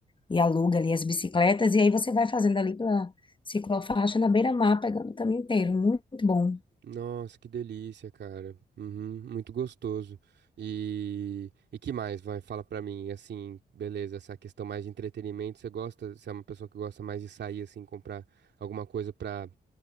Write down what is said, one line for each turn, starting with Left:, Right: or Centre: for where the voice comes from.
Left: e aluga ali as bicicletas, e aí você vai fazendo ali pela ciclofaixa na beira-mar, pegando o caminho inteiro, muito bom.
Right: Nossa, que delícia, cara. Uhum, muito gostoso. E, e que mais, vai? Fala pra mim, assim, beleza, essa questão mais de entretenimento, você gosta, você é uma pessoa que gosta mais de sair, assim, comprar alguma coisa pra